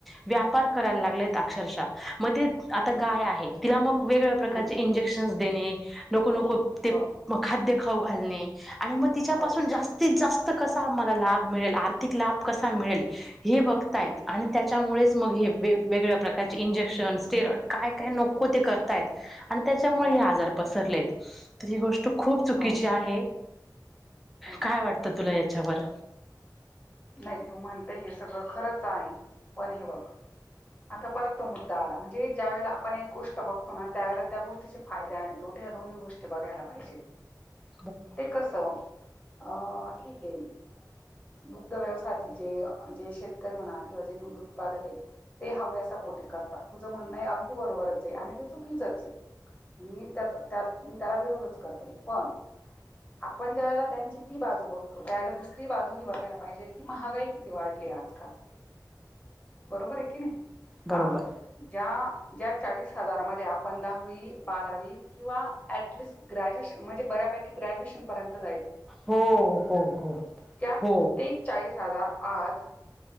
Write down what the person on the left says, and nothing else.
हम्म
हम्म
हम्म
हम्म.
हो
हो
हो.
हम्म
हम्म
हम्म
हम्म.
हो
हो.
हो हम्म.
नाहीं तूं म्हणते हे सगळं खरंच आहे पणं हे बघं आंता परंत तो मुद्दा आंला म्हणजे ज्यां वेला आपणं एक गोष्ट बघतो नां त्यांवेळेला त्यां गोष्टींचा फायंदा आणि तोट्या यां दोन्ही गोष्टी बघांयला पाहिजेत
ते कसं अं ठीक आहे दुधं व्यवसायांतील जे जे शेतकरी म्हणां किंवा जे दूधं उत्पांदक आहे ते हव्यां सां पोटी करतांत तुझं म्हणणं आहे अगदीं बरोबरच आहे आणि ते चुकीचंच आहे मी त्याचं त्यां मी त्यांला विरोधच करते पणं आपणं ज्यां वेळे त्यांची ती बाजूं बघतो त्यावेळेला दुसरी बाजूं ही बघायंलात पाहिजे की महांगाई किती वाढली आंजकांल बरोबर आहे की नाहीं
हां ज्यां ज्यां चाळीस हजांर मं आपणं आपणं दहावी बारावी किंवा टिस्ट ग्रॅज्युएशन म्हणजे बऱ्यापैकी ग्रॅज्युएशनं पर्यंतयचो
त्यां
तेचाळीस हजांर आंज